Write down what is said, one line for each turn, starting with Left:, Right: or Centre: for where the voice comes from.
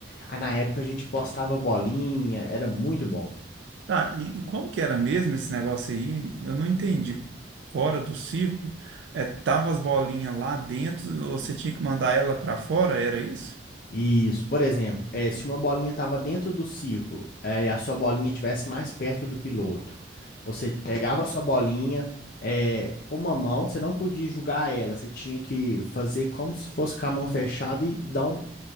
Left: Aí na época a gente postava bolinha, era muito bom.
Right: Ah, e, e como que era mesmo esse negócio aí? Eu não entendi. Fora do circo, é, tava as bolinhas lá dentro, você tinha que mandar ela pra fora, era isso?
Left: Isso, por exemplo, eh, se uma bolinha estava dentro do círculo, eh, e a sua bolinha estivesse mais perto do piloto, você pegava a sua bolinha, eh, com uma mão, você não podia jogar ela, você tinha que fazer como se fosse com a mão fechada e dar um,